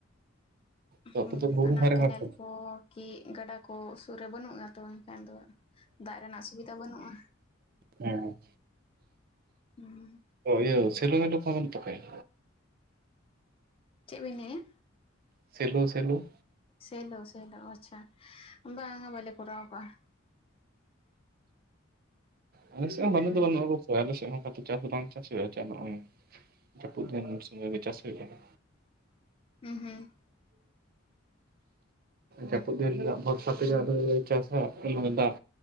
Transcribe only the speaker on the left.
ᱦᱩᱸ,
ᱚᱱᱟ
ᱠᱮᱱᱮᱞ
ᱠᱳ ᱠᱤ ᱜᱟᱰᱟ ᱠᱚ ᱥᱩᱨ ᱨᱮ ᱵᱟᱹᱱᱩᱜᱼᱟ ᱟᱨ ᱛᱚ ᱮᱱᱠᱷᱟᱱ ᱫᱚ ᱫᱟᱜ ᱨᱮᱱᱟᱜ ᱥᱩᱵᱤᱫᱟ ᱵᱟᱹᱱᱩᱜᱼᱟ᱾
ᱦᱩᱸ,
ᱪᱮᱜ ᱵᱤᱱ ᱢᱮᱱᱮᱭᱟ,
ᱥᱮᱞᱳ ᱥᱮᱞᱳ ᱟᱪᱪᱷᱟ, ᱵᱟᱝᱟ ᱵᱟᱞᱮ ᱠᱚᱨᱟᱣ ᱠᱟᱜᱼᱟ ᱾
ᱦᱩᱸ
ᱦᱩᱸ ᱦᱩᱸ,